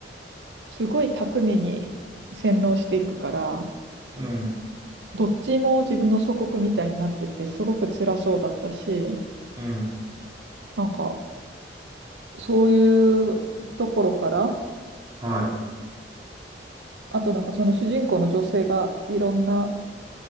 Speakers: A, on the right; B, on the right.
A: すごい巧みに洗脳していくから、
B: うん、
A: どっちも自分の祖国みたいになってて、すごく辛そうだったし、
B: うん、
A: なんか、そういうところから、
B: は
A: あとなんかその主人公の女性がいろんな